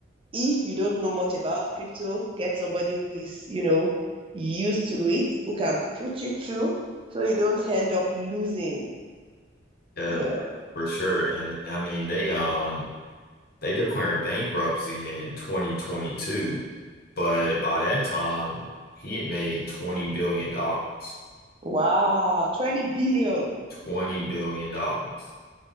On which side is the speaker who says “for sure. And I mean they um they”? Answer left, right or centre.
Left